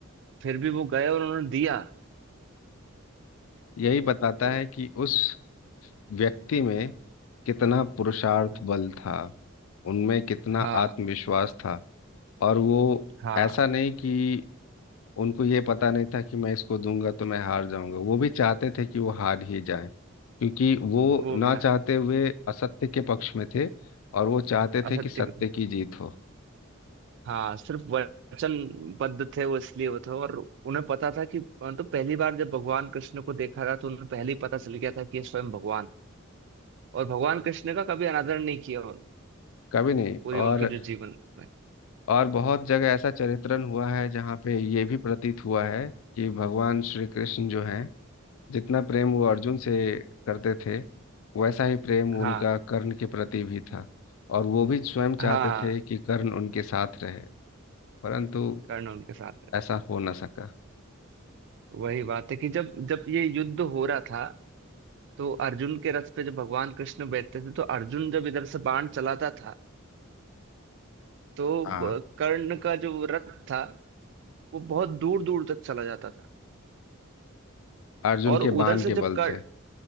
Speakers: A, on the right (about 60°); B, on the left (about 70°).
A: फिर भी वो गए और उन्होंने दिया
B: यही बताता
A: तो
B: है कि उस व्यक्ति में कितना पुरुषार्थ
A: हाँ
B: बल था उनमें कितना
A: हाँ
B: आत्मविश्वास था और वो
A: हाँ,
B: ऐसा नहीं कि उनको ये पता नहीं था कि मैं इसको दूंगा तो मैं हार जाऊंगा वो भी चाहते थे कि वो हार ही जाए क्योंकि वो
A: वो
B: ना
A: भी आया
B: चाहते हुए असत्य के पक्ष में थे और वो चाहते
A: असत्य
B: थे कि सत्य
A: के
B: की जीत हो
A: हाँ सिर्फ वचनबद्ध थे वो इसलिए वो थे और उन्हें पता था कि मतलब पहली बार जब भगवान कृष्ण को देखा था तो उन्हें पहले ही पता चल गया था कि ये स्वयं भगवान है और भगवान कृष्ण का कभी अनादर नहीं किया उन्होंने
B: कभी नहीं
A: पूरी
B: और
A: उनकी जो जीवन में
B: और बहुत जगह ऐसा चरित्रण हुआ है जहाँ पे ये भी प्रतीत हुआ है कि भगवान श्री कृष्ण जो हैं जितना प्रेम वो अर्जुन से करते थे वैसा ही प्रेम उनका
A: हाँ
B: कर्ण के प्रति भी था और वो भी स्वयं
A: हाँ
B: चाहते थे कि कर्ण उनके साथ रहे परंतु
A: कर्ण उनके साथ है
B: ऐसा हो न सका
A: वही बात है कि जब जब ये युद्ध हो रहा था तो अर्जुन के रथ पे जब भगवान कृष्ण बैठते थे तो अर्जुन जब इधर से बाण चलाता था तो
B: हाँ
A: ब- कर्ण का जो रथ था वो बहुत दूर दूर तक चला जाता था
B: अर्जुन
A: और उधर
B: के बाण
A: से
B: के
A: जब
B: बल
A: कर,
B: से